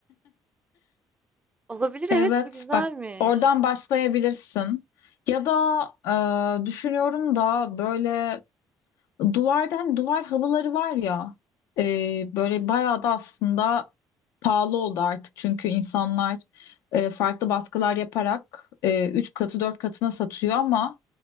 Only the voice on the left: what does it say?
Evet,
bak oradan başlayabilirsin. Ya da e, düşünüyorum da böyle Duvarda hani duvar halıları var ya e, böyle bayağı da aslında pahalı oldu artık. Çünkü insanlar e, farklı baskılar yaparak e, 3 katı 4 katına satıyor ama